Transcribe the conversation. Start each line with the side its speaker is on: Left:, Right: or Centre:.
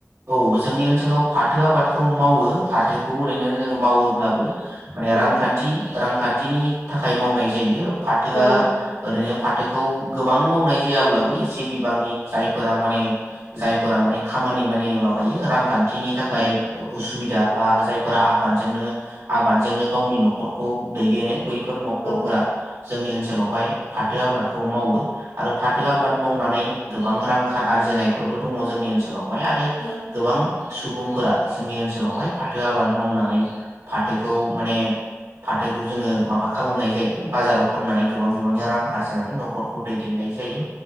Right: औ जोंनि ओनसोलाव फाथो आबादखौ मावो फाथोखौ ओरैनो जोङो मावोब्लाबो माने
Left: औ
Right: रांखान्थि रांखान्थिनि थाखाय मावनाय जायो फाथोआ
Left: औ औ
Right: ओरैनो फाथो गोबां मावनाय जायाब्लाबो एसे बिबांनि जायफोरा माने जायफोरा माने खामानि माने माबायो रांखान्थिनि थाखाय असुबिदा बा जायफोरा आबादजोंनो आबादजोंनो गावनि न'खरखौ दैदेनो ब फोर न'खरफोरा
Left: औ
Right: जोंनि ओनसोलावहाय फाथो आबादखौ मावो आरो फाथो आबाद मावनानै गोबां रां आरजिनायफोरबो दङ जोंनि ओनसोलाव हाय आरो
Left: औ
Right: गोबां सुबुंफोरा जोंनि ओनसोलावहाय फाथो आबाद मावनानै फाथोखौ माने फाथोखौ जोङो माबा खालामनाय जायो बाजाराव फाननानै गोबां बिबांनि रां आरजिनानै न'खरखौ दैदेननाय जायो